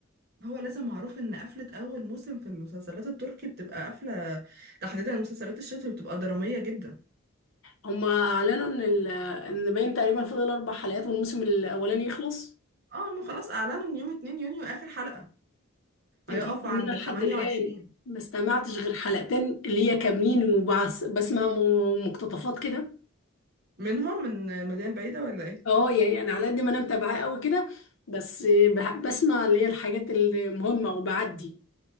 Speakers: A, on the right; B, on the left.
A: هو لازم معروف ان قفلة اول موسم في المسلسلات التركي بتبقى قفلة تحديدا المسلسلات الشتوي بتبقى درامية جدا
B: هما اعلنوا ان ال- ان باين تقريبا فاضل اربع حلقات والموسم الاولاني يخلص
A: اه هما خلاص اعلنوا ان يوم 2 يونيو اخر حلقة هيقف
B: انت عارفه
A: عند
B: ان انا
A: ال
B: لحد
A: 28
B: الان ما استمعتش غير حلقتين اللي هي كاملين وبسمع م- مقتطفات كده
A: منهم من المدينة البعيدة ولا ايه
B: اه يعني انا على قد ما انا متابعاه قوي كده بس بح- بسمع اللي هي الحاجات المهمه وبعدي